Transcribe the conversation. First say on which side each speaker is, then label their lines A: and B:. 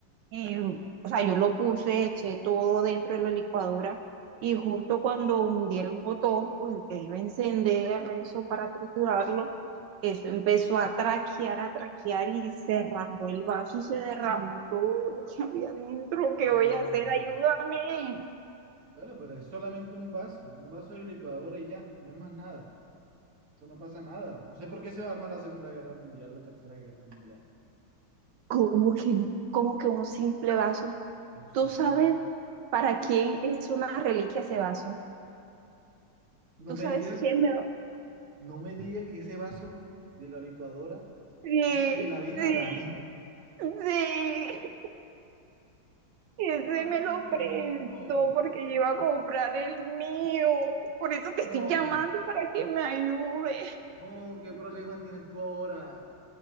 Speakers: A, on the right; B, on the right.
A: Y, o sea, yo lo puse, eché todo dentro de la licuadora y justo cuando hundí el botón con el que iba a encender eso para triturarlo, eso empezó a traquear, a traquear y se rajó el vaso y se derramó todo lo que había dentro. ¿Qué
B: Ándale.
A: voy a hacer? Ayúdame.
B: Bueno, pero es solamente un vaso, un vaso de licuadora y ya, no es más nada. Eso no pasa nada. No sé por qué se va a armar la Segunda Guerra Mundial, la Tercera Guerra Mundial.
A: ¿Cómo que no? ¿Cómo que un simple vaso?
B: Es un simple
A: ¿Tú sabes
B: vaso.
A: para quién es una reliquia ese vaso?
B: No
A: ¿Tú
B: me
A: sabes
B: digas,
A: quién me lo...
B: No me diga que ese vaso de la licuadora
A: Sí,
B: es de la vieja
A: sí,
B: Dani.
A: sí. Ese
B: Ay,
A: me lo prestó
B: no,
A: porque yo iba a comprar el mío. Por eso te
B: no,
A: estoy llamando para que me ayudes.
B: no, ¿qué problemas tienes tú ahora?